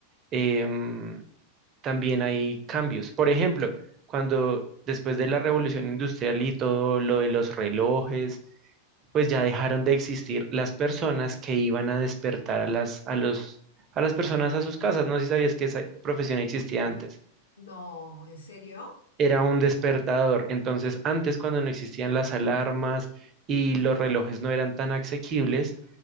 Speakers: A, on the right (about 30°); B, on the left (about 70°).
A: em, también hay cambios. Por ejemplo, cuando después de la revolución industrial y todo lo de los relojes, pues ya dejaron de existir las personas que iban a despertar a las, a los, a las personas a sus casas. No sé si sabías que esa profesión existía antes.
B: no, ¿en serio?
A: Era un despertador. Entonces, antes cuando no existían las alarmas y los relojes no eran tan asequibles,